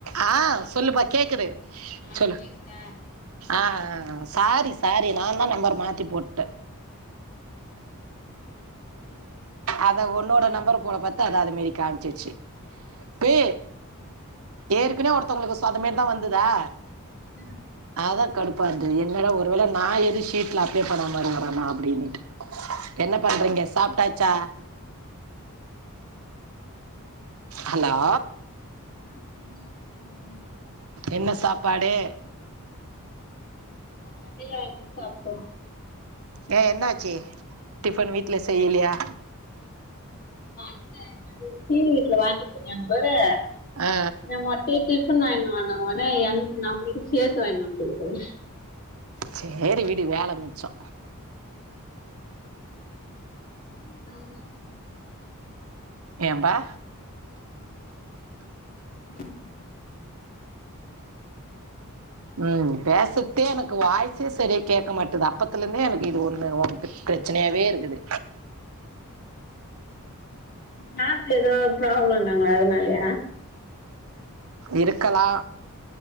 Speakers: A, on the right (about 70°); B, on the left (about 40°).
A: ஆ சொல்லுப்பா கேக்குது
B: ஆ
A: சொல்லு
B: கேக்குதா
A: ஆ சாரி சாரி நாதா நம்பர மாத்தி போட்டே அத்தா உன்னோட நம்பர போல பத் இப்ப அத்தா அதுமரி காம்ச்சிருச்சு பே ஏர்க்கனே ஒருத்தவுங்களுக்கு சொ அதமாரிதா வந்ததா
B: ம்
A: அத்தா கடுப்பா இருந்தது என்னட ஒரு வேள நா எது ஷீட்ல அப்டேட் பண்ணாம இருக்குறனா அப்டினுட்டு என்ன பண்றீங்க சாப்ட்டாச்சா ஹலோ
B: நாங்க இன்னு சாப்பல்ல
A: என்ன சாப்பாடு
B: நா கடைல வாங்கி சாப்டோ
A: ஏ என்னாச்சு டிஃபன் வீட்ல செய்யலையா
B: <inaudible> கீழ் வீட்ல வாங்க சொன்னாங்க பாரு
A: ஆ
B: மொட்டைய டிஃபன் வாய்ங்னு வாங்கனோனே எனக்கு நம்ளுக்கு சேத்து வாங்கிட்டு வந்துட்ருக்காரு
A: சேரி விடு வேல மிச்சோ
B: அவிங்டாங்க
A: எபா
B: ம்
A: ம் பேசத்தே எனக்கு வாய்ஸே செரிய கேக்க மாட்டிது அப்பத்தருந்தே எனக்கு இது ஒன்னு ஒண்ட ப்ரச்சனையாவே இருக்குது
B: கார்டுல எதோ ப்ராப்ளம்னாங்களே அதுனாலயா
A: இருக்கலா